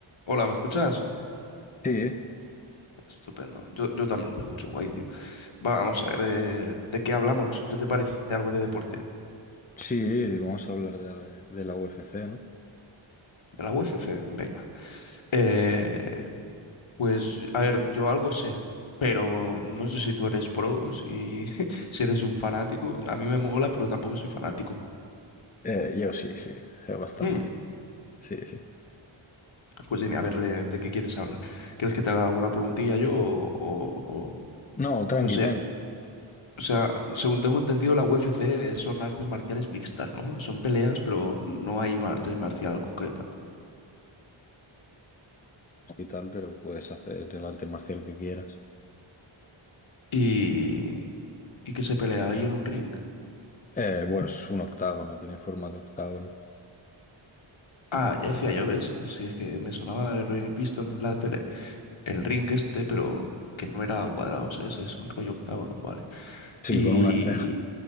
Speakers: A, on the left (about 65°); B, on the left (about 15°).
A: Hola, ¿me escuchas?
B: Sí,
A: Estupendo. Yo, yo también te escucho, guay, tío. Vamos a ver, eh, ¿de qué hablamos? ¿Qué te parece algo de deporte?
B: sí, vamos a hablar de la, de la UFC, ¿no?
A: ¿De la UFC? Venga. Eh, pues, a ver, yo algo sé, pero no sé si tú eres pro, si, <laughs> si eres un fanático. A mí me mola, pero tampoco soy fanático.
B: Eh, yo sí, sí, sé bastante.
A: Hmm,
B: Sí, sí.
A: Pues dime, a ver, ¿de, de qué quieres hablar? ¿Quieres que te haga alguna preguntilla yo o, o- o-
B: No, tranqui,
A: no sé?
B: tranqui
A: O sea, según tengo entendido, la UFC son artes marciales mixtas, ¿no? Son peleas, pero no hay una arte marcial concreta.
B: y tal, pero puedes hacer el arte marcial que quieras.
A: Y, y que se pelea ahí en un ring.
B: Eh, bueno, es un octágono, no tiene forma de octágono.
A: Ah, ya decía yo, ¿ves? Si es que me sonaba de haber visto en la tele el ring este, pero que no era cuadrado, ¿sabes? Es un rollo octágono, vale.
B: Sí,
A: Y,
B: con una reja.